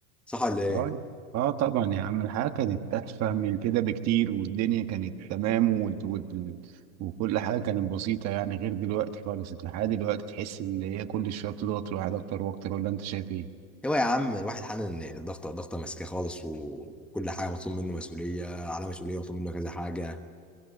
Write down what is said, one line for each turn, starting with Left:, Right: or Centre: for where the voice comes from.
Centre: صح ولا ايه؟
Right: اه اه طبعا يا عم الحياة كانت أتفه من كده بكتير والدنيا كانت تمام و... و... وكل حاجة كانت بسيطة يعني غير دلوقتي خالص الحياة دلوقتي تحس إن هي كل شوية بتضغط الواحد أكتر وأكتر ولا أنت شايف إيه؟
Centre: هو يا عم الواحد حنن إن الضغطه الضغطه ماسكاه خالص وكل حاجه مطلوب منه مسؤوليه على مسؤوليه مطلوب منه كذا حاجه